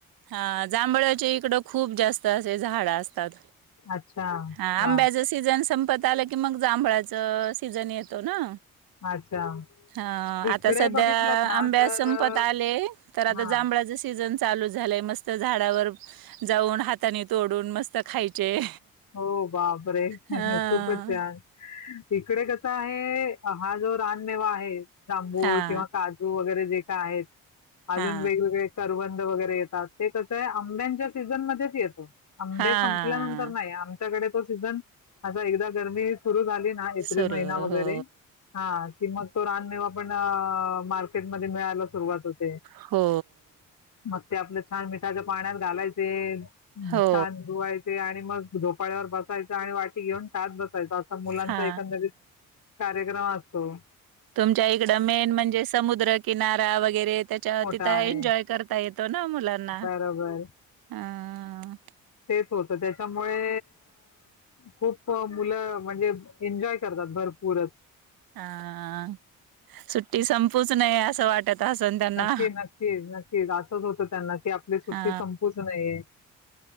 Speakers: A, on the right; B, on the left.
A: हा जांभळाचे इकड खूप जास्त असे झाड अस तात
B: अच्छा.
A: हा
B: वाह!
A: आंब्याचा सीजन सं पत आलं की मग जांभळाच सीझन येतो ना
B: अच्छा.
A: हा
B: इकडे
A: आता सध्या
B: बघितलंत ना
A: आंब्या
B: तर
A: संपत
B: अ,
A: आले तर आता
B: हां.
A: जांभळाच सीजन चा चालू झालंय मस्त झाडावर जाऊन हाताने तोडून मस्त खायचे
B: हो बापरे
A: हा
B: खूपच छान इकडे कसं आहे हा जो रानमेवा आहे जांभूळ
A: हा
B: किंवा काजू वगैरे जे का आहेत अजून
A: हा
B: वेगवेगळे कर निर्बंध वगैरे येतात ते कसं आहे आंब्यांच्या सीझनमध्येच येतो आंबे
A: हा
B: संपल्यानंतर नाही सीझन एकदा गरमी सुर झाली एप्रिल
A: सुरू
B: महिना वगैरे
A: हो
B: हा की मग तो रान मेवा पण मार्केट मध्ये मिळायला सुरुवात होते
A: हो
B: मग ते आपलं छान मिठाच्या पाण्यात घालायचे ह्
A: हो
B: छान धुवायचे आणि मग झोपाळ्यावर बसायचं आणि वाटी घेऊन खात बसायचं असं मुलांचा
A: हा
B: एकंदरीत कार्यक्रम असो
A: तुमच्या इकडं मेन म्हणजे समुद्रकिनारा वगैरे त्याच्या
B: मोठा
A: तिथं
B: आहे.
A: एन्जॉय करता येतो ना मुलांना
B: बरोबर.
A: अ हा
B: तेच होत त्याच्यामुळे खूप मुलं म्हणजे एन्जॉय करतात भरपूरच
A: हा सुट्टी संप पुच नये असं वाटत असन त्यांना.
B: नक्कीच, नक्कीच, नक्कीच आ सच होत त्यांना की आपली सुट्टी
A: हा
B: संपूच नाहीये.